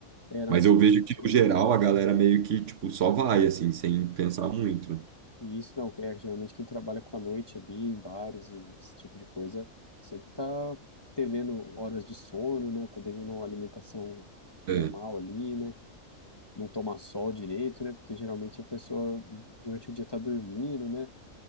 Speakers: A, on the left; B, on the right.
A: é, não,
B: Mas
A: isso
B: eu vejo
A: é, com
B: que,
A: certeza.
B: no geral, a galera meio que, tipo, só vai, assim, sem pensar muito, né?
A: E isso não, é geralmente quem trabalha com a noite ali, em bares e esse tipo de coisa, sempre tá devendo horas de sono, né? Tá devendo uma alimentação
B: É.
A: normal ali, né? Não tomar sol direito, né? Porque geralmente a pessoa durante o dia tá dormindo, né?